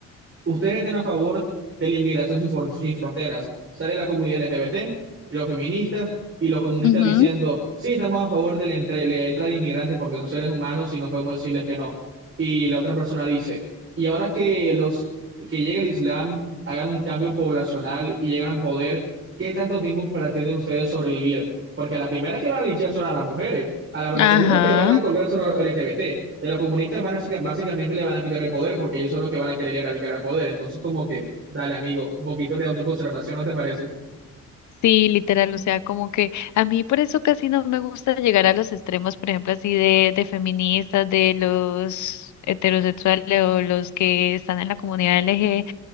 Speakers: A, on the right (about 45°); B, on the left (about 70°).
A: Ustedes están a favor de la inmigración sin, for- sin fronteras. Sale la comunidad LGBT y los feministas y los comunistas
B: ujú,
A: diciendo, sí, estamos a favor de la, entre- la entrada de inmigrantes porque son seres humanos y no podemos decirles que no. Y la otra persona dice, y ahora que los que llega el Islam hagan un cambio poblacional y llegan al poder, ¿qué tanto tiempo pretenden ustedes sobrevivir? Porque a la primera que van a linchar son a las mujeres, a la, al
B: Ajá.
A: segundo que van a colgar son a los LGBT. Y a los comunistas van a, siga- básicamente le van a quitar el poder porque ellos son los que van a querer erradicar el poder. Entonces, como que, dale, amigo, un poquito de autoconservación, ¿no te parece?
B: Sí, literal, o sea, como que a mí por eso casi no me gusta llegar a los extremos, por ejemplo, así de, de feministas, de los heterosexuales o los que están en la comunidad LG,